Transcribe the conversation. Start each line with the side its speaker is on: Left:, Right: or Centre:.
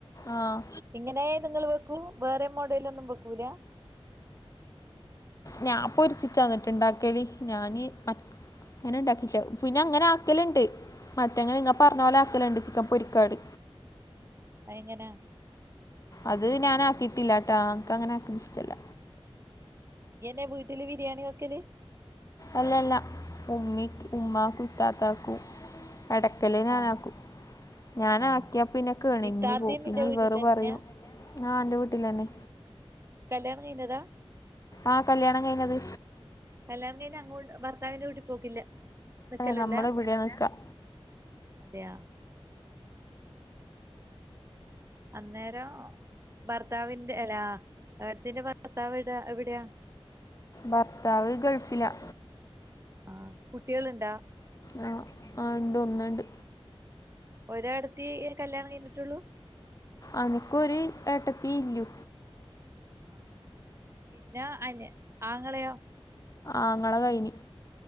Left: ആഹ്
Right: ഇങ്ങനേ നിങ്ങൾ വെക്കൂ. വേറെം മോഡൽല് ഒന്നും വെക്കൂല?
Left: ഞാൻ പൊരിച്ചിട്ടാന്ന്ട്ടാ ഇണ്ടാക്കല്. ഞാന് <unintelligible> അങ്ങനെ ഉണ്ടാക്കിട്ട്ല്ല. പിന്നെ അങ്ങനെ ആക്കല്ണ്ട്. മറ്റെങ്ങനെ നിങ്ങ പറഞ്ഞ പോലെ ആക്കല്ണ്ട് ചിക്കൻ പൊരിക്കാട്.
Right: അഎങ്ങനാ?
Left: അത് ഞാൻ ആക്കിട്ടില്ല ട്ടാ. അൻക്ക് അങ്ങനെ ആക്കുന്ന ഇഷ്ട അല്ല.
Right: ഇയ്യെന്നെ വീട്ടില് ബിരിയാണി വെക്കല്?
Left: അല്ലല്ല. ഉമ്മി ഉമ്മാക്കും ഇത്താത്താക്കും. എടക്കല് ഞാനാക്കും.
Right: ആഹ്
Left: ഞാൻ
Right: ആഹ്
Left: ആക്കിയ പിന്നെ കേണിഞ്ഞ്
Right: ഇത്താത്തയും
Left: പോവും. പിന്നെ
Right: നിന്റെ വീട്ടിൽ
Left: ഇവറ്
Right: തന്നെയാ
Left: പറയും, ആഹ് എന്റെ വീട്ടിലന്നെ.
Right: കല്യാണം കഴിഞ്ഞതാ?
Left: ആ കല്യാണം കഴിഞ്ഞത്
Right: കല്യാണം കഴിഞ്ഞ് അങ്ങോ ഭർത്താവിന്റെ വീട്ടി പോക്കില്ല നിക്കല്
Left: അതെ നമ്മൾ
Right: ല്ല
Left: ഇവിടെ നിൽക്കാം
Right: അതെയാ അന്നരം ഭർത്താവിന്റെ അല്ലാ എട്ത്തിന്റെ ഭർത്താവ് എവിടെ എവിടെയാ
Left: ഭർത്താവ് ഗള്‍ഫില
Right: ആഹ് കുട്ടികള് ഇണ്ടോ
Left: ആ ആ ഇണ്ട് ഒന്ന്ണ്ട്
Right: ഒരട്ത്തി കല്യാണം കഴിഞ്ഞിട്ടുള്ളൂ
Left: അനക്കൊരു ഏട്ടത്തീല്ലു
Right: ആഹ് പിന്ന അന് ആങ്ങളെയോ
Left: ആങ്ങള കൈന്